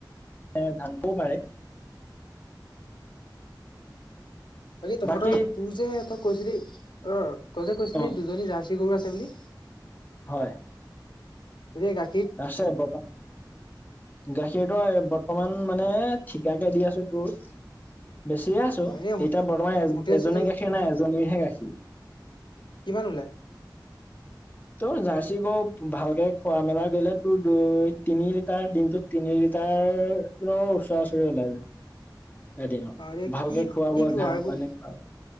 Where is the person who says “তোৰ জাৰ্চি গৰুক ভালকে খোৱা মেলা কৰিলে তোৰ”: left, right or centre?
Left